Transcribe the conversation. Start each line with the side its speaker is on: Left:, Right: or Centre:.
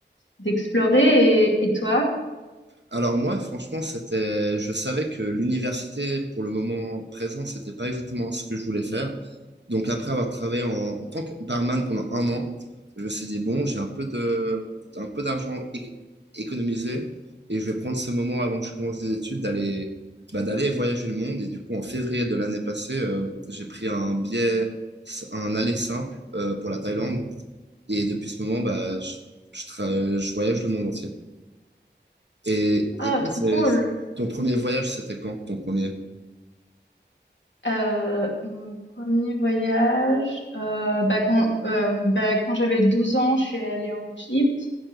Left: d'explorer. Et, et toi?
Right: Alors moi, franchement, c'était, je savais que l'université, pour le moment présent, c'était pas exactement ce que je voulais faire. Donc après avoir travaillé en, en tant que barman pendant un an, je me suis dit, bon, j'ai un peu de, un peu d'argent é- économisé et je vais prendre ce moment avant que je commence des études d'aller, bah, d'aller voyager le monde. Et du coup, en février de l'année passée, euh, j'ai pris un billet, un aller simple euh, pour la Thaïlande. Et depuis ce moment, bah, je, je, tra- je voyage le monde entier. Et,
Left: Ah,
Right: et toi,
Left: trop
Right: c'est-
Left: cool.
Right: ton premier voyage, c'était quand, ton premier?
Left: Euh, mon premier voyage, euh, bah quand, euh, bah quand j'avais 12 ans, je suis allée en Égypte.